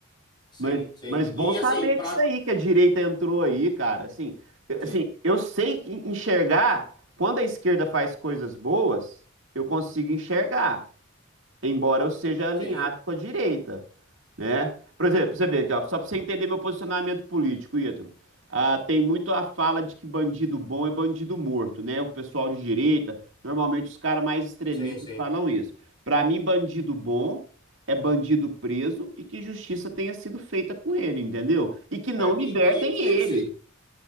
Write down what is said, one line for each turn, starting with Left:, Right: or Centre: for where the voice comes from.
Left: Sim,
Right: Mas,
Left: sim.
Right: mas bom
Left: E
Right: saber
Left: assim, pra.
Right: disso aí, que a direita entrou aí, cara. Assim, eu-
Left: Sim,
Right: assim, eu sei en- enxergar, quando a esquerda faz coisas boas, eu consigo enxergar embora eu seja alinhado
Left: sim,
Right: com a direita, né? Por exemplo, você vê aqui, ó, só para você entender meu posicionamento político, Ítalo. Ah, tem muito a fala de que bandido bom é bandido morto, né? O pessoal de direita, normalmente os caras mais extremistas
Left: sim, sim.
Right: falam isso. Para mim, bandido bom é bandido preso e que justiça tenha sido feita com ele, entendeu? E que não
Left: É,
Right: libertem
Left: e, e que
Right: ele.
Left: ele se.